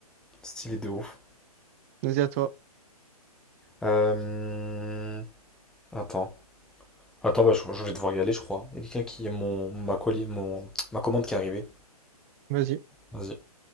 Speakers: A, in the centre; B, on the right (about 20°).
A: Stylé de ouf.
B: Vas-y à toi.
A: Euh, Attends. Attends, bah, je, je vais devoir y aller, je crois. Il y a quelqu'un qui. a Mon, ma, colis, mon, ma commande qui est arrivée.
B: Vas-y.
A: Vas-y.